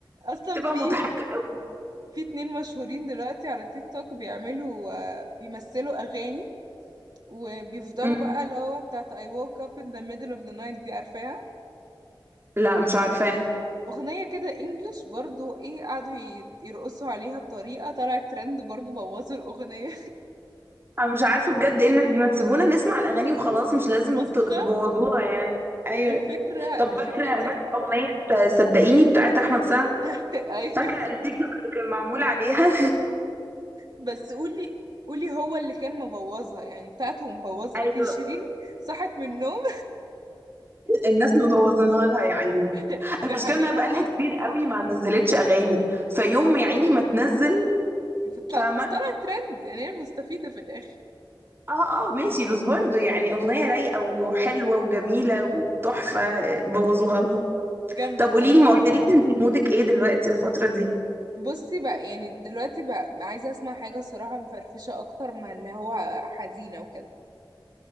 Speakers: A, on the right; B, on the right.
A: أصلا
B: بتبقى
A: في
B: مضحكه قوي
A: في اتنين مشهورين دلوقتي على تيك توك بيعملوا آه، بيمثلوا أغاني وبيفضلوا
B: مم.
A: بقى اللي هو بتاعت I woke up in the middle of the night دي عارفاها
B: لا مش عارفاها
A: أغنية كده إنجلش برضو إيه قعدوا ي- يرقصوا عليها بطريقة طلعت ترند برضو بوظوا الأغنية
B: انا مش عارفه بجد ايه الناس دي ما تسيبونا نسمع الاغاني وخلاص مش لازم
A: <laughs> مسخر
B: ت- تبوظوها يعني ايوه
A: الفكرة
B: طب
A: الفكرة
B: فاكره
A: انت
B: فاكره اغنيه آه، صدقيني بتاعت احمد سعد
A: <laughs> أيوة
B: فاكره التيك توك اللي كان معمول عليها
A: بس قولي قولي هو اللي كان مبوظها يعني بتاعته مبوظة
B: <laughs> ايوه
A: لكن شيرين صحت من النوم
B: الناس مبوظينها لها يا عيني
A: <laughs> دي
B: المشكله
A: حقيقة
B: انها بقالها
A: فعلا
B: كتير قوي ما نزلتش اغاني فيوم ما يا عيني ما تنزل
A: بتطلع
B: فاهمه
A: بس طلعت ترند يعني هي المستفيدة في الآخر
B: اه اه ماشي بس برضو يعني اغنيه رايقه وحلوه وجميله وتحفه بوظوها لها
A: جامدة
B: طب
A: بصراحة
B: قولي لي ما قلتليش انت مودك ايه دلوقتي الفتره دي
A: بصي بقى يعني دلوقتي بقى عايزة اسمع حاجة صراحة مفرفشة أكتر من اللي هو حزينة وكده